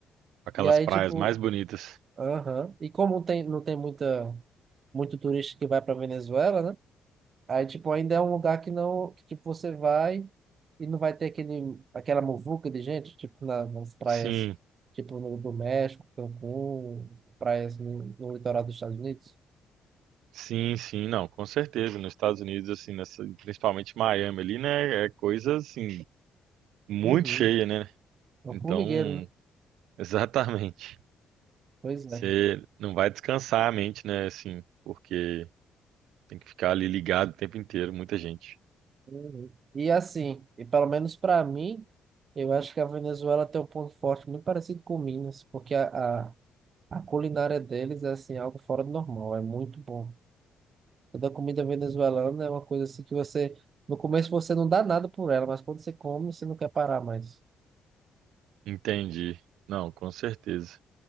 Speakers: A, on the right; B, on the right.
A: Aquelas
B: E aí,
A: praias
B: tipo,
A: mais bonitas.
B: aham. E como tem, não tem muita, muito turista que vai para Venezuela, né? Aí, tipo, ainda é um lugar que não, que, tipo, você vai e não vai ter aquele, aquela muvuca de gente, tipo, na, nas praias,
A: Sim,
B: tipo, no, do México, Cancún, praias no, no litoral dos Estados Unidos.
A: sim, sim, não, com certeza. Nos Estados Unidos, assim, nessa, principalmente Miami ali, né? É coisa, assim, muito
B: Uhum.
A: cheia, né?
B: É
A: Então,
B: um formigueiro, né?
A: <laughs> exatamente.
B: Pois é.
A: Você não vai descansar a mente, né? Assim, porque Tem que ficar ali ligado o tempo inteiro, muita gente.
B: Uhum. E assim, e pelo menos para mim, eu acho que a Venezuela tem um ponto forte muito parecido com Minas, porque a, a, a culinária deles é, assim, algo fora do normal, é muito bom. Toda comida venezuelana é uma coisa assim que você, no começo você não dá nada por ela, mas quando você come, você não quer parar mais.
A: Entendi. Não, com certeza.